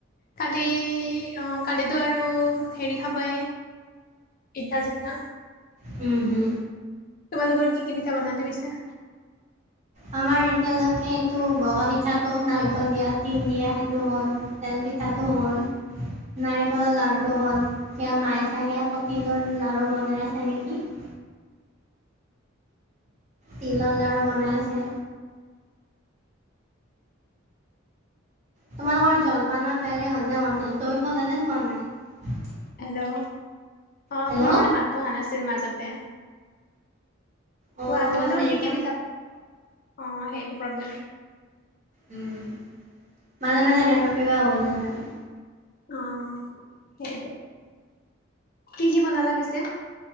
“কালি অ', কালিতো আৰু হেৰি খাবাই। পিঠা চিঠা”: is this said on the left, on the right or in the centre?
Left